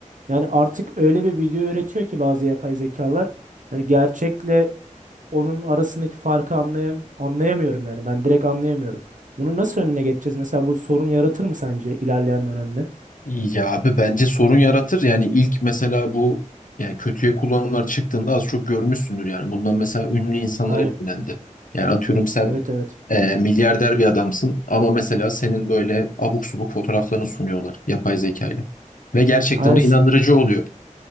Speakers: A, on the right; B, on the left.
A: Yani artık öyle bir video üretiyor ki bazı yapay zekalar. Yani gerçekle onun arasındaki farkı anlayam anlayamıyorum yani. Ben direkt anlayamıyorum. Bunu nasıl önüne geçeceğiz? Mesela bu sorun yaratır mı sence ilerleyen dönemde?
B: Ya abi bence sorun yaratır. Yani ilk mesela bu yani kötüye kullanımlar çıktığında az çok görmüşsündür. Yani bundan mesela ünlü insanlar
A: Aynen.
B: etkilendi. Yani atıyorum sen
A: Evet evet.
B: e, milyarder bir adamsın ama mesela senin böyle abuk subuk fotoğraflarını sunuyorlar yapay zekayla. Ve gerçekten
A: Aynen.
B: de
A: S-
B: inandırıcı oluyor.